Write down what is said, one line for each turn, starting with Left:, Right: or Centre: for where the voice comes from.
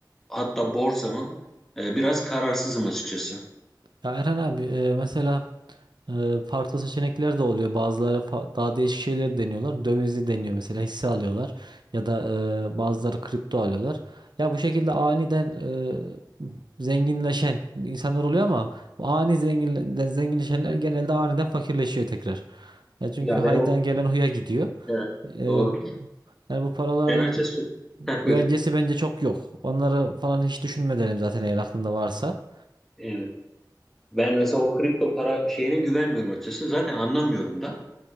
Centre: hatta borsa mı E, biraz kararsızım açıkçası.
Right: Ya Erhan abi e, mesela Ee, farklı seçenekler de oluyor. Bazıları fa- daha değişik şeyleri deniyorlar. Dövizi deniyor mesela hisse alıyorlar ya da e, bazıları kripto alıyorlar. Ya bu şekilde aniden e, zenginleşen insanlar oluyor ama bu ani zengin de- zenginleşenler genelde aniden fakirleşiyor tekrar. Ya çünkü
Centre: Ya
Right: haydan
Centre: ben o
Right: gelen huya gidiyor.
Centre: evet,
Right: Ee,
Centre: doğrudur.
Right: yani bu paraların
Centre: Ben açıkçası Heh,
Right: güvencesi
Centre: buyur.
Right: bence çok yok. Onları falan hiç düşünme derim zaten eğer aklında varsa.
Centre: Evet. Ben mesela o kripto para şeyine güvenmiyorum açıkçası. Zaten anlamıyorum da.